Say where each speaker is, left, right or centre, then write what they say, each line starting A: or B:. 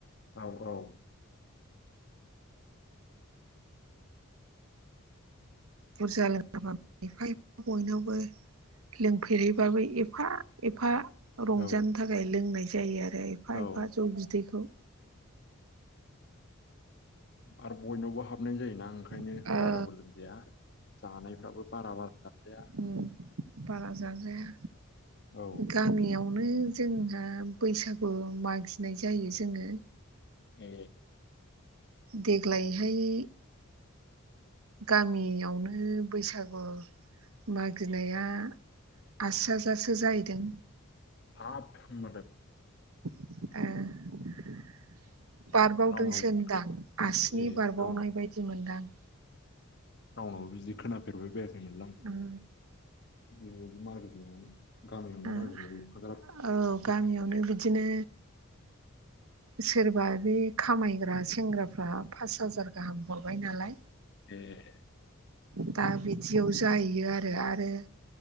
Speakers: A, on the left (about 50°); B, on the right (about 80°).
A: औ औ
B: बुरजा <unintelligible> बयनावबो लोंफेरहैबाबो एफा एफा रंजानो
A: औ
B: थाखाय ज लोंनाय जायो आरो एफा
A: औ
B: एफा जौ बिदैखौ
A: आरो बयनावबो हाब हाबनाय जायोना ओंखायनो
B: ओ
A: बाराबो लोंजाया जानायफ्राबो बारा बारा जाजाया
B: उम बारा जाजाया
A: औ
B: गामियावनो जोंहा बैसागु मागिनाय जायो जोङो
A: ए
B: देग्लायहाय गामियावनो बैसागु मागिनाया आस हाजासो जाहैदों
A: ह म
B: ए बारबावदोंसो
A: रावनावबो
B: होनदां आसिनि
A: ए
B: बारबावनाय
A: राव-
B: बायदि मोनदां
A: रावनावबो बिदि खोनाफेरबाय बेरायाखैमोनलां आं
B: उम
A: बेबायदि मार गोजनानै गामियावनो
B: ओ
A: ओै फाग्रा फैसा
B: औ गामियावनो बिदिनो सोरबा बे खामायग्रा सेंग्राफ्रा पास हाजार गाहाम हरबाय नालाय
A: ए
B: दा बिदियाव जाहैयो आरो आरो